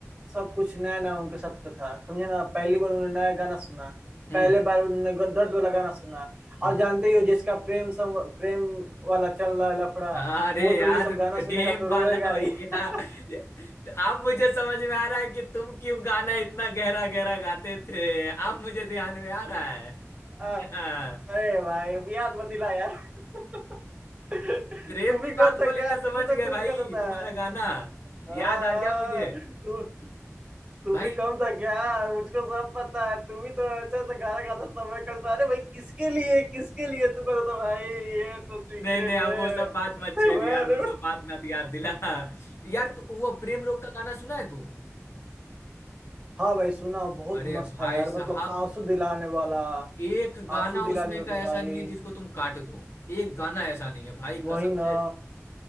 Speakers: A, on the right; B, on the left.
A: सब कुछ नया नया उनके साथ होता था समझे ना पहली बार उन्होंने नया गाना सुना
B: हम्म
A: पहले बार उन्होंने ग- दर्द वाला गाना सुना
B: हम्म
A: और जानते ही हो जिसका प्रेम सम प्रेम वाला चल रहा है लफड़ा
B: अरे
A: वो तो
B: यार
A: ये सब गाना
B: प्रेम
A: सुनेगा तो रोएगा
B: वाला भैया
A: ही <laughs>
B: तो अब मुझे समझ में आ रहा है कि तुम क्यों गाना इतना गहरा गहरा गाते थे अब मुझे ध्यान में आ रहा है
A: अरे
B: <laughs> हाँ।
A: भाई अब याद मत दिला यार <laughs> तू
B: प्रेम
A: भी
B: की बात
A: कम था
B: बोले
A: क्या
B: ना समझ
A: तू भी
B: गए
A: तो खूब
B: भाई
A: करता था
B: तुम्हारा गाना
A: हाँ
B: याद आ गया मुझे
A: हाँ तू तू
B: भाई
A: भी कम था क्या मुझको सब पता है तू भी तो ऐसा ऐसा गाना गाता था मैं कल था अरे भाई किसके लिए किसके लिए तू कहता था भाई ये तो सीक्रेट
B: नहीं नहीं अब
A: है
B: वो सब बात
A: <laughs>
B: मत छेड़
A: मैं
B: यार
A: अरे
B: वो सब बात मत याद दिला यार तू वो प्रेम रोग का गाना सुना है तू
A: हाँ भाई सुना बहुत
B: अरे
A: मस्त
B: भाई
A: था यार मतलब
B: साहब
A: आंसू दिलाने वाला
B: एक गाना
A: आंसू दिला
B: उसमें
A: देता
B: का
A: था भाई
B: ऐसा नहीं है जिसको तुम काट दो एक गाना ऐसा नहीं है भाई
A: वही
B: कसम
A: ना
B: से